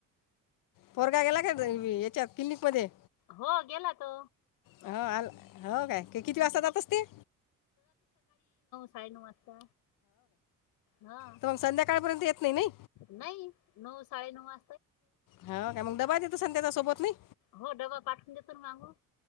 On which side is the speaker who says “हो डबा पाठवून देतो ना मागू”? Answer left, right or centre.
Left